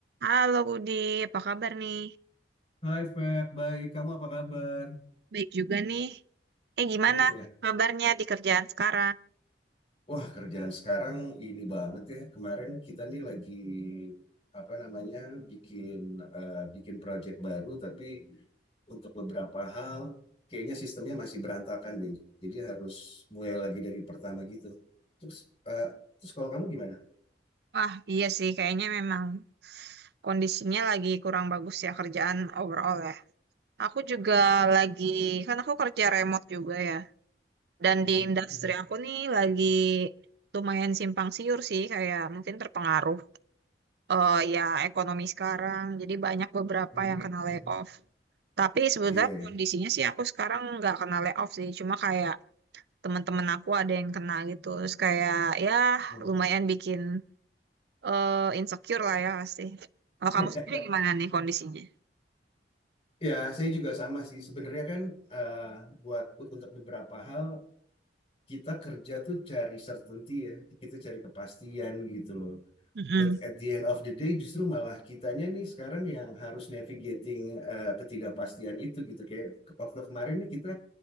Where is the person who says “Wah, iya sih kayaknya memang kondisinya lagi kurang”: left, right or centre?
Right